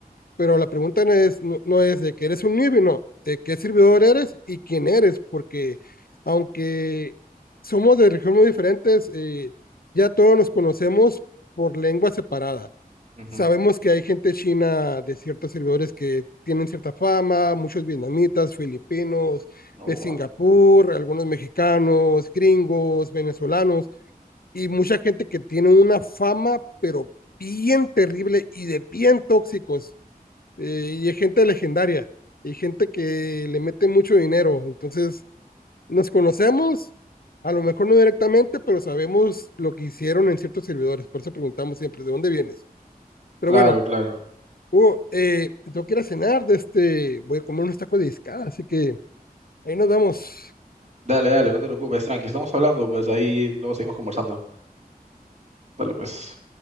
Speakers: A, on the left; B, on the right.
A: pero la pregunta no es, no, no es de que eres un newbie, no, de qué servidor eres y quién eres, porque aunque somos de regiones muy diferentes, eh, ya todos nos conocemos por lengua separada
B: Ujú.
A: Sabemos que hay gente china de ciertos servidores que tienen cierta fama, muchos vietnamitas, filipinos,
B: Oh,
A: de
B: wow.
A: Singapur, algunos mexicanos, gringos, venezolanos y mucha gente que tiene una fama, pero bien terrible y de bien tóxicos. eh, y hay gente legendaria, y gente que le mete mucho dinero. Entonces, nos conocemos, a lo mejor no directamente, pero sabemos lo que hicieron en ciertos servidores. Por eso preguntamos siempre, ¿de dónde vienes? Pero
B: Claro,
A: bueno,
B: claro.
A: Hugo, eh, tengo que ir a cenar, de este, voy a comer unos tacos de discada, así que ahí nos vemos.
B: Dale, dale, no te preocupes, tranqui. Estamos hablando, pues ahí luego seguimos conversando. Dale, pues.